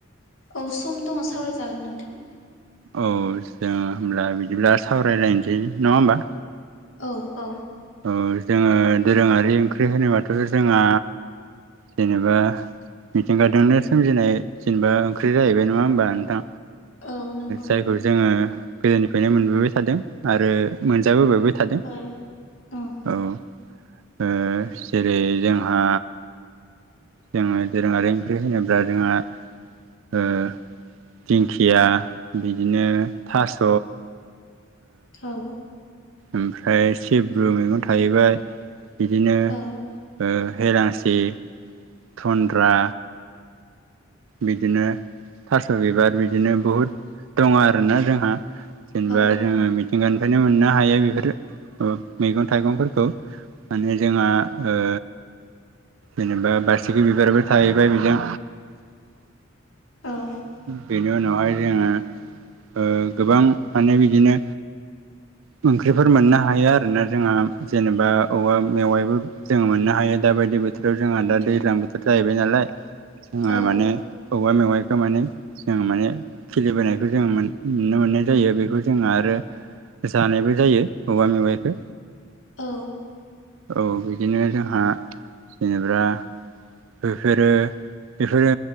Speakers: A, on the left; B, on the right.
A: औ सम दङ सावरायजागोन नोंथां ।
B: औ जों होनोमब्ला बिदिब्ला सावरायलायनोसै नङा होमबा
A: औ औ
B: औ जोङो दोरोङारि ओंख्रि होनोबाथ' जोंहा जेनेबा मिथिंगाजोंनो सोमजिनाय जेनेबा ओंख्रि जाहैबाय नङा होमबा नोंथां
A: औ नंगौ
B: जायखौ जोङो गोदोनिफ्रायनो मोनबोबाय थादों आरो मोनजाबोबायबो थादों
A: औ ओम
B: औ ओ जेरै जोंहा जोङो दोरोङारि ओंख्रि होनोब्ला जोंहा ओ दिंखिया बिदिनो थास'
A: औ
B: ओमफ्राय सिब्रु मैगं थाहैबाय बिदिनो
A: औ
B: ओ हेलाांसि थनन्द्रा बिदिनो थास' बिबार बिदिनो बहुद दङ आरोना जोंहा। जेनेबा
A: औ
B: जोङो मिथिंगानिफ्रायनो मोननो हायो बेफोर मैगं थाइगंफोरखौ माने जोंहा ओ जेनेबा बारसिखि बिबाराबो थाहैबाय बिजों
A: औ
B: बेनि उनावहाय जोङो ओ गोबां माने बिदिनो <inaudible> ओंख्रिफोर मोननो हायो आरोना जोंहा जेनेबा औवा मेवायबो जोङो मोननो हायो दा बायदिआव । बोथोराव जोंहा दा दैज्लां बोथोर जाहैबाय नालाय जोंहा
A: औ
B: माने औवा मेवाआइ खो माने जों माने खिलिबोनायखौ जों नुनो मोननाय जायो बेखौ जोङो आरो। जानायबो जायो औवा मेवाइखौ।
A: औ
B: औ बिदिनो जोंहा जेनेबा बेफोरो बेफोरो